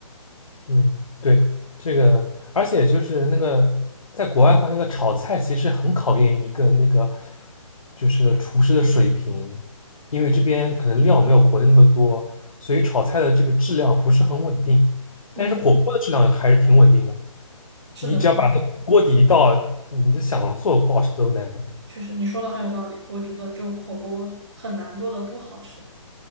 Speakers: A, on the left (about 80°); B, on the right (about 40°).
A: 嗯，对，这个，而且就是那个在国外的话，那个炒菜其实很考验一个那个就是厨师的水平，因为这边可能料没有国内那么多，所以炒菜的这个质量不是很稳定。但是火锅的质量还是挺稳定的，
B: 嗯，是的，
A: 你只要把那个锅底倒，
B: 是的，
A: 你就想做不好吃都难。
B: 确实你说的很有道理，我觉得就火锅很难做的不好吃。